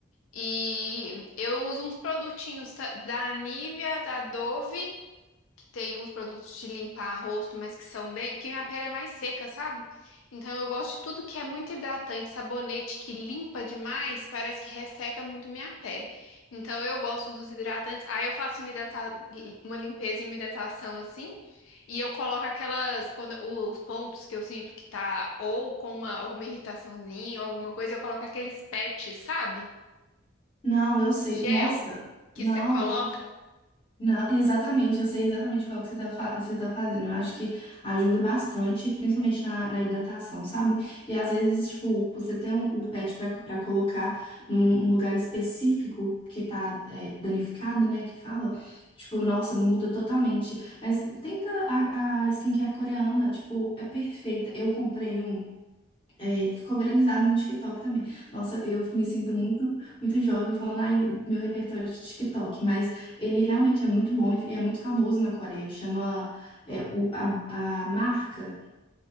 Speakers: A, on the left; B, on the left.
A: E eu uso uns produtinhos ta- da Nivea, da Dove que tem uns produtos de limpar rosto, mas que são bem. Porque minha pele é mais seca, sabe? Então eu gosto de tudo que é muito hidratante, sabonete que limpa demais, parece que resseca muito minha pele. Então eu gosto dos hidratantes. Aí eu faço uma, hidrata... uma limpeza e uma hidratação assim, e eu coloco aquelas. Quando os pontos que eu sinto que tá ou com uma... alguma irritaçãozinha ou alguma coisa, eu coloco aqueles patches, sabe?
B: Não, eu sei.
A: Gel
B: Nossa,
A: que
B: não,
A: você coloca.
B: eu acho. Não, exatamente, eu sei exatamente qual que você tá, fa- você tá fazendo. Eu acho que ajuda bastante, principalmente na, na hidratação, sabe? E às vezes, tipo, você tem um, o pet pra, pra colocar num, num lugar específico que tá é, danificado, né? Que fala, tipo, nossa, muda totalmente. Mas tenta a, a skincare coreana, tipo, é perfeita. Eu comprei um. É, ficou viralizado no TikTok também. Nossa, eu me sinto muito, muito jovem falando, ai, meu repertório é de TikTok, mas ele realmente é muito bom e é muito famoso na Coreia. Chama, é, o, a, a marca.